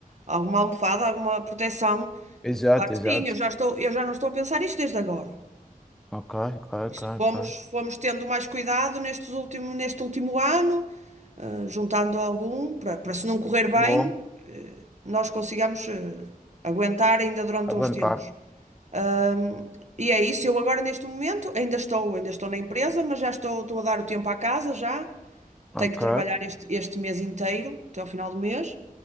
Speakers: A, on the right; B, in the centre.
A: alguma almofada, alguma proteção.
B: Exato,
A: Claro que
B: exato.
A: sim, eu já estou, eu já não estou a pensar isto desde agora.
B: Ok, ok, ok,
A: Isto fomos,
B: ok.
A: fomos tendo mais cuidado nestes último, neste último ano, ah, juntando algum, para, para se não correr
B: Boa,
A: bem, eh, nós consigamos eh, aguentar ainda durante
B: aguentar.
A: uns tempos. Ahm, e é isso, eu agora neste momento ainda estou, ainda estou na empresa, mas já estou, estou a dar o tempo à casa já.
B: Ok,
A: Tenho que trabalhar este, este mês inteiro, até ao final do mês.